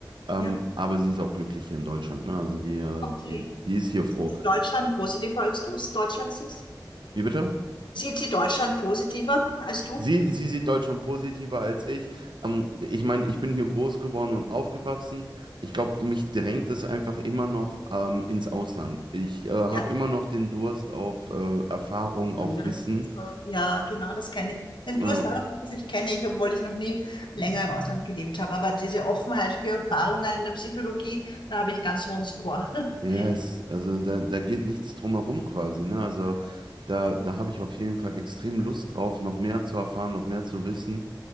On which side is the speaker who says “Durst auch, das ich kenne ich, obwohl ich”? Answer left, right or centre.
Left